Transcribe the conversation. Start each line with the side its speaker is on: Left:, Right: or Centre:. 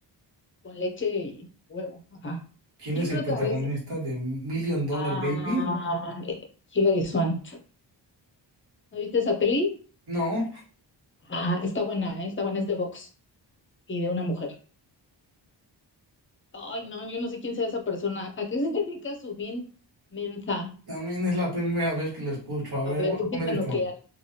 Left: con leche y huevo. Ajá.
Right: ¿Quién
Left: ¿Quién
Right: es
Left: protagoniza?
Right: el protagonista de Million Dollar
Left: Ah,
Right: Baby?
Left: eh, Hilary Swank. ¿No viste esa peli?
Right: No,
Left: Ah, está buena, eh, Está buena, es de box y de una mujer. Ay, no, yo no sé quién sea esa persona. ¿A qué se <laughs> dedica Subin Menza?
Right: también es la primera vez que lo escucho. A
Left: A
Right: ver,
Left: ver,
Right: vamos
Left: física
Right: a poner esto.
Left: nuclear.